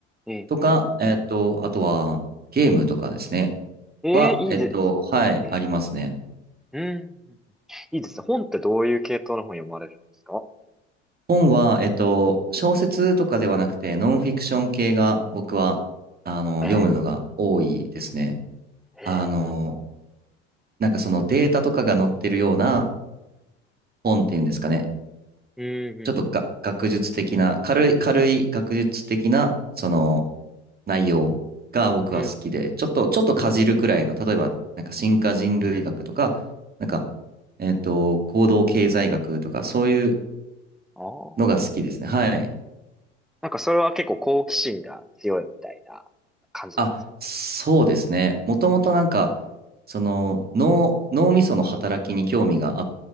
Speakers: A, in the centre; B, on the right.
A: ええ、
B: とか、えっと、あとはゲームとかですね、
A: ええいいです。
B: は、えっと、はい、
A: ええ、
B: ありますね。
A: うん。いいですね。本ってどういう系統の本読まれるんですか
B: 本は、えっと、小説とかではなくて、ノンフィクション系が僕は、あの、
A: ええ、
B: 読むのが多いですね。
A: ええ、
B: あの、
A: な、
B: なんかそのデータとかが載ってるような本っていうんですかね。
A: うん、うん、
B: ちょっとが学術的な、軽い、軽い学術的な、その内容が僕は好きで、
A: うん。うん
B: ちょっと、ちょっとかじるくらいの、例えば、なんか進化人類学とか、なんか、えっと、行動経済学とか、そういう
A: ああ
B: のが好きですね。はい。
A: なんかそれは結構好奇心が強いみたいな感じですかそれ
B: あ、そうですね。もともとなんか、その脳、脳みその働きに興味があっ